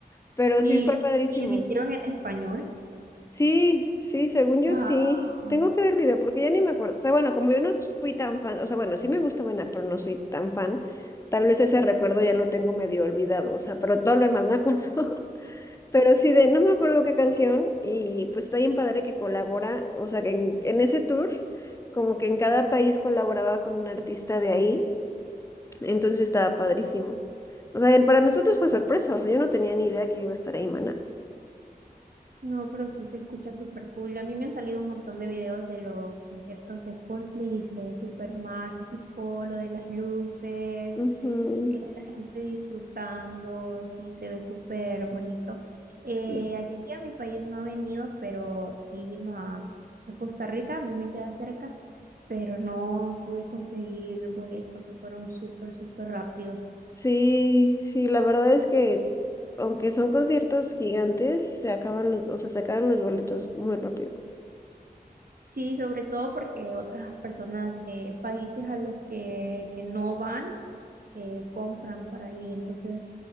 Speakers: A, on the left; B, on the right.
A: pero
B: Y,
A: sí fue padrísimo.
B: y lo hicieron en español.
A: Sí, sí, según yo
B: Wow.
A: sí. Tengo que ver el video porque ya ni me acuerdo. O sea, bueno, como yo no fui tan fan, o sea, bueno, sí me gusta Maná, pero no soy tan fan. Tal vez ese recuerdo ya lo tengo medio olvidado, o sea, pero todo lo demás me acuerdo. <laughs> Pero sí, de no me acuerdo qué canción y pues está bien padre que colabora, o sea, que en en ese tour, como que en cada país colaboraba con un artista de ahí. Entonces estaba padrísimo. O sea, para nosotros fue sorpresa, o sea, yo no tenía ni idea que iba a estar ahí Maná.
B: No, pero sí se escucha súper cool. A mí me han salido un montón de videos de los conciertos de Coldplay y se ve súper mágico, lo de las luces,
A: Ujú,
B: eh, la gente disfrutando, sí se ve súper bonito. Eh,
A: Sí,
B: aquí a mi país no ha venido, pero sí vino a, a Costa Rica, a mí me queda cerca, pero no pude conseguir boletos, se fueron súper, súper rápidos.
A: sí, sí, la verdad es que aunque son conciertos gigantes, se acaban los, o sea, se acaban los boletos muy rápido.
B: Sí, sobre todo porque otras personas de países a los que, que no van eh, compran para ahí, entonces